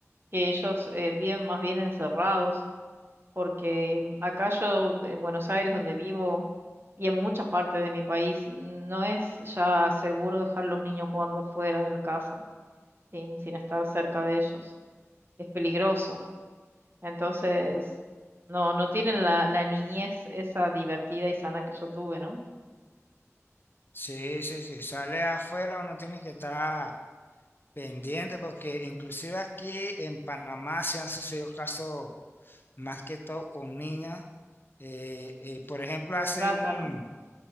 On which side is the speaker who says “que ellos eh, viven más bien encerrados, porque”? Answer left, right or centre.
Right